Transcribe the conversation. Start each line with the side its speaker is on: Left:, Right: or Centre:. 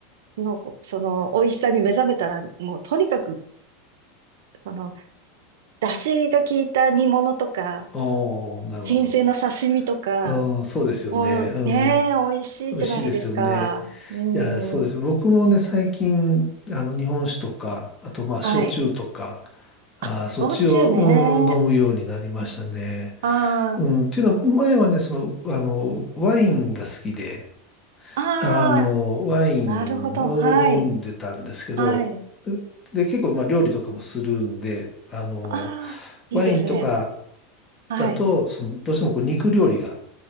Right: の、こその、美味しさに目覚めたら、もうとにかく、その、出汁が効いた煮物とか、
Left: おー、なるほど。
Right: 新鮮な刺身とか、
Left: うん、そうですよね。
Right: もうねえ、
Left: うん。
Right: 美味しいじゃないですか。
Left: 美味しいですよね。
Right: うん。
Left: いや、そうです。僕もね、最近、あの、日本酒とか、あと、まあ、
Right: はい。
Left: 焼酎とか、あー、
Right: あ、
Left: そっちを、
Right: 焼酎ね。
Left: うん、飲むようになりましたね。
Right: ああ、
Left: うん。っていうのは、前はね、その、あの、ワインが好きで、
Right: あ
Left: あの、
Right: あ、
Left: ワインを飲んでたんですけど、
Right: なるほど。はい。はい。
Left: で、で結構まあ料理とかもするんで、あの、
Right: ああ、いいですね。
Left: ワインとか
Right: はい。
Left: だと、そのどうしてもこう肉料理が